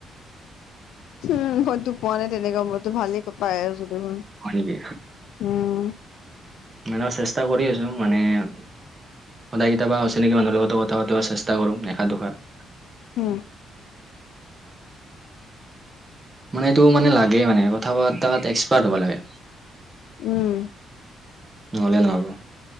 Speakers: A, on the left; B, on the right.
A: উম, ময়তো পোৱা নাই তেনেকুৱা মই। টো ভালেই পাই আছো দেখোন
B: হয় নেকি
A: উম।
B: মানে চেষ্টা কৰি আছো মানে। সদায় কেতিয়াবা অচিনাকি মানুহৰ লগতো কথা পাতিব চেষ্টা কৰো এশা দোশাৰ।
A: উম।
B: মানে এইটো মানে লাগে মানে কথা পাতাত এক্সপাৰ্ট হ'ব লাগে।
A: উম।
B: নহ'লে নহ'ব।